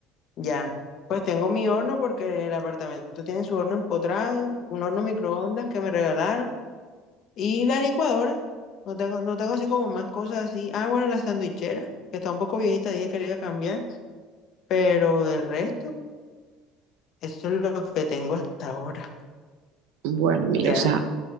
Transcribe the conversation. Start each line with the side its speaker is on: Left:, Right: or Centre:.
Left: Ya. Pues tengo mi horno porque el apartamento tiene su horno empotrado, un horno microondas que me regalaron y la licuadora. No tengo, no tengo así como más cosas así. Ah, bueno, la sandwichera, que está un poco viejita, dije que le iba a cambiar, pero del resto, eso es lo que tengo hasta ahora.
Right: Bueno,
Left: Ya.
Right: mira, o sea.